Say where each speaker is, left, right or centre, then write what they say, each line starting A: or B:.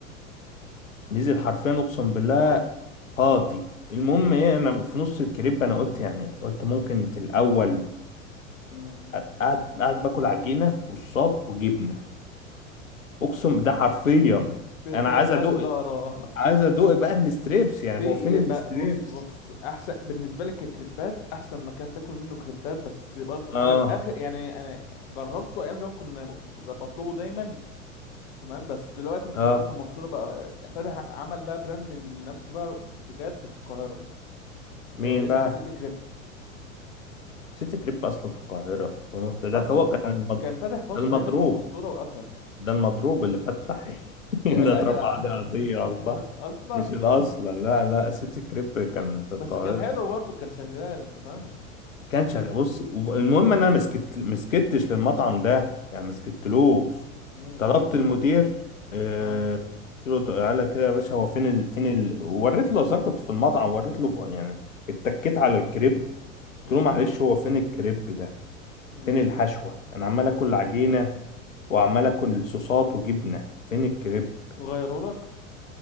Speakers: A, on the left; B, on the left.
A: نزل حرفيا اقسم بالله
B: اصلا
A: فاضي المهم ايه انا في نص الكريب انا قلت يعني قلت ممكن في الاول
B: امم
A: أ- قاعد قاعد باكل عجينه والصاب وجبنه اقسم ده حرفيا
B: <laughs>
A: انا
B: فين
A: عايز
B: الحشو
A: ادوق
B: لا اراه
A: عايز ادوق بقى الستريبس يعني
B: في
A: هو فين الستريبس
B: بقى- بص بص احسن بالنسبه لك ككريبات احسن مكان تاكل منه كريبات بس برضو
A: اه
B: انا اخر يعني انا جربته ايام زمان كنا كنت بطلبه دايما تمام بس دلوقتي مش
A: اه
B: موجود في المنصوره بقى فاتح عمل بقى براندنج لنفسه بقى بجد في القاهره
A: مين
B: آه اسمه
A: بقى
B: سيتي كريب
A: سيتي كريب أصله في القاهرة ومفت- ده
B: اصله
A: هو
B: في...
A: كان المض...
B: كان فاتح فتره
A: ده المضروب
B: هنا في المنصوره وقفل
A: ده المضروب اللي فتح
B: <laughs>
A: <laughs>
B: يا
A: هنا اترفع
B: جدع
A: عليه قضية
B: <laughs>
A: على الله
B: اصلا
A: مش الأصل لا لا سيتي كريب كان في
B: بس
A: القاهرة
B: كان حلو برضو كان شغال انت فاهم
A: كان شغال بص المهم إن أنا مسكت مسكتش للمطعم ده يعني مسكتلوش
B: امم
A: طلبت المدير آه،
B: اه
A: قلت له تعالى كده يا باشا هو فين ال... فين ال... وريت له أصلا كنت في المطعم وريت له يعني اتكيت على الكريب
B: امم
A: قلت له معلش هو فين الكريب ده
B: امم
A: فين الحشوة انا عمال اكل عجينة وعمال اكل صوصات وجبنة فين الكريب
B: غيره لك